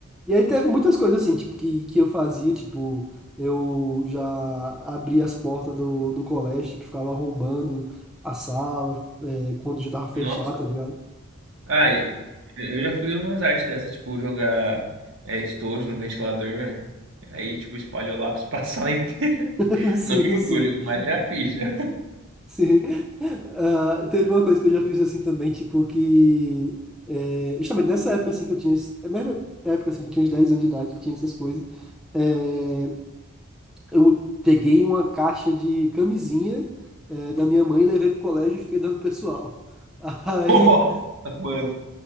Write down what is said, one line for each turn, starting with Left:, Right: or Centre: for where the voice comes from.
Centre: e aí teve muitas coisas, assim, tipo, que, que eu fazia, tipo, eu já abria as portas do, do colégio, tipo, ficava arrombando a sala, é, quando já tava fechado,
Right: Nossa.
Centre: tá ligado?
Right: Ah, e- eu já fiz umas artes dessas, tipo, jogar é, estojo no ventilador. Aí, tipo, espalhou lá pra <laughs> a sala inteira.
Centre: Ah, <laughs> sim,
Right: Não me orgulho,
Centre: sim.
Right: mas já fiz, já.
Centre: Sim. Ah, teve uma coisa que eu já fiz assim também, tipo, que. É, justamente nessa época assim que eu tinha. es- É a mesma época assim que eu tinha uns 10 anos de idade, que tinha essas coisas. é, eu peguei uma caixa de camisinha, é, da minha mãe e levei pro colégio e fiquei dando pro pessoal. <laughs> Aí.
Right: <laughs> Nossa, mano.